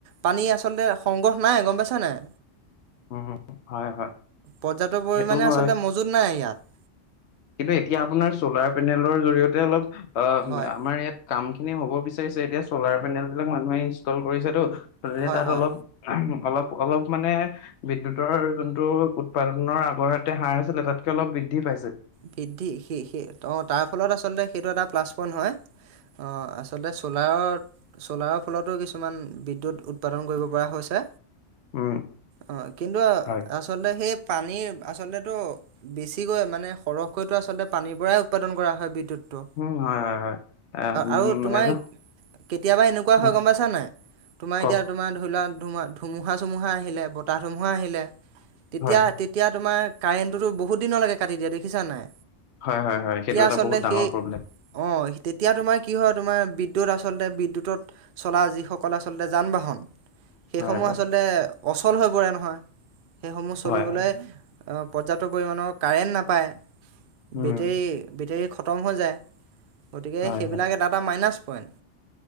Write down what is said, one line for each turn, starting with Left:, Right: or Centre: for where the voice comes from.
Right: পানী আচলতে সংগ্ৰহ নাই গম পাইছা নাই?
Left: উম হয় হয়
Right: পৰ্যাপ্ত পৰিমাণে
Left: সেইটো
Right: আচলতে
Left: হয়
Right: মজুত নাই ইয়াত।
Left: কিন্তু এতিয়া আপোনাৰ চলাৰ পেনেলৰ জৰিয়তে অলপ অ'
Right: হয়
Left: আমাৰ ইয়াত কাম খিনি হ'ব বিচাৰিছে এতিয়া চলাৰ পেনেল বিলাক মানুহে ইনষ্টল কৰিছেতো। গতিকে
Right: হয়
Left: তাত
Right: হয়
Left: অলপ <unintelligible> অলপ, অলপ মানে বিদ্যুতৰ যোনটো উৎপাদনৰ আগৰ হঁতে সাৰ আছিলে তাতকে অলপ বৃদ্ধি পাইছে।
Right: বৃদ্ধি সেই সেই অ' তাৰ ফলত আচলতে সেইটো এটা প্লাছ পইণ্ট হয়। অ' আচলতে চলাৰত চলাৰৰ ফলতো কিছুমান বিদ্যুৎ উৎপাদন কৰিব পৰা হৈছে।
Left: উম,
Right: অ' কিন্তু
Left: হয়।
Right: আচলতে সেই পানীৰ আচলতেটো বেছিকৈ মানে সৰহকৈটো আচলতে পানীৰ পৰাই উৎপাদন কৰা হয় বিদ্যুৎ। টোৰ
Left: উম, হয়, হয়, হয়। আহ উম,
Right: আৰু তোমাৰ
Left: এইটো
Right: কেতিয়াবা এনেকুৱা হয়
Left: উম,
Right: গম পাইছানে নাই তোমাৰ
Left: কওক
Right: এতিয়া তোমাৰ ধৰি লোৱা ধুমা ধুমুহা চুমুহা আহিলে বতাহ ধুমুহা আহিলে। তেতিয়া,
Left: হয়,
Right: তেতিয়া তোমাৰ কাৰেণ্টটো বহু দিনলৈকে কাটি দিয় দে খিছা নাই?
Left: হয়, হয়, হয় সেইটো এটা
Right: আচলতে
Left: বহুত ডাঙৰ
Right: সেই
Left: প্ৰব্লেম।
Right: অঁ তেতিয়া, তোমাৰ কি হয় তোমাৰ বিদ্যুৎ আচলতে বিদ্যুতত চলা যিসকলে আচলতে যান বাহন সেইসমূহ
Left: হয়, হয়,
Right: আচলতে অচল হৈ পৰে নহয়। সেইসমূহ চলিবলৈ
Left: হয়, হয়,
Right: অ পৰ্যাপ্ত পৰিমাণৰ কাৰেণ্ট নাপায়
Left: উম,
Right: বেটেৰী বেটেৰী খত খতম হৈ যায় গতিকে
Left: হয়,
Right: সেইবিলাক
Left: হয়,
Right: এটা এটা মাইনাছ পইন